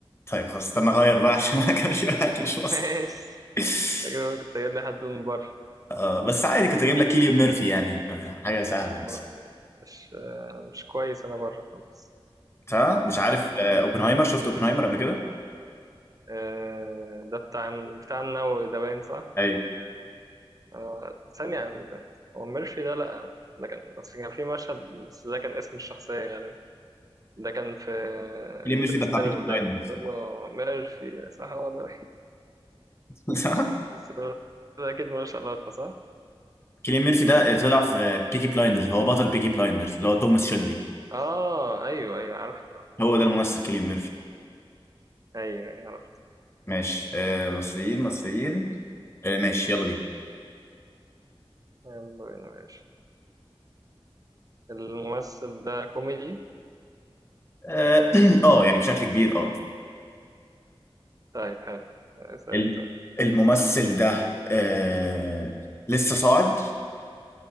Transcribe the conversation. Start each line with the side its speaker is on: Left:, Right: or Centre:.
Left: طيب خلاص استنى اغير بقى <laughs> عشان انا كان في واحد مش مصري
Right: <laughs> ماشي
Left: <laughs>
Right: انت كده بتسجل لي حد من بره
Left: آه بس عادي كنت اجيب لك كيليان ميرفي يعني آه، حاجه سهله بس
Right: آه، مش آه، مش كويس انا بره خالص
Left: صح مش عارف آه اوبنهايمر شفت اوبنهايمر قبل كده
Right: آه، ده بتاع بتاع النووي ده باين صح؟
Left: اي
Right: آه، ثانية هو ميرفي ده لأ ده كان أصل كان في مشهد بس ده كان اسم الشخصية غالبا ده كان في
Left: كيليان
Right: انترستيلر
Left: ميرفي ده بتاع بيكي
Right: باين
Left: بلايندرز
Right: اللي كان بيقول له ميرفي صح هو ده
Left: <laughs> صح
Right: بس ده ده أكيد ملوش علاقة صح؟
Left: كيليان ميرفي ده طلع في بيكي بلايندرز هو بطل بيكي بلايندرز اللي هو توماس شيلبي
Right: آه أيوه أيوه عرفت عرفت.
Left: هو ده الممثل كيليان ميرفي
Right: أيوه أيوه، عرفت
Left: ماشي آه مصريين مصريين آه ماشي يلا بينا
Right: يلا بينا ماشي الممثل ده كوميدي؟
Left: اه <clears throat> آه، يعني بشكل كبير اه
Right: طيب حلو اسأل
Left: الم-
Right: أنت
Left: الممثل ده آه لسه صاعد